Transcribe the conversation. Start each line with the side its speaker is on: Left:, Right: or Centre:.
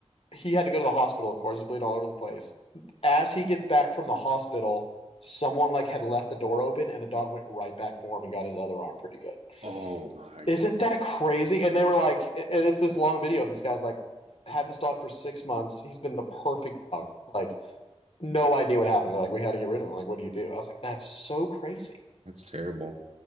Left: he had to go to the hospital, of course, he's bleeding all over the place. As he gets back from the hospital, someone like had left the door open, and the dog went right back for him and got his other arm pretty good.
Right: Oh my,
Left: Isn't
Right: g-
Left: that crazy? And they were like, and it's this long video, and this guy's like, had this dog for six months. He's been the perfect dog. Like, no idea what happened. They're like, we had to get rid of him. Like, what do you do? I was like, that's so crazy.
Right: that's terrible.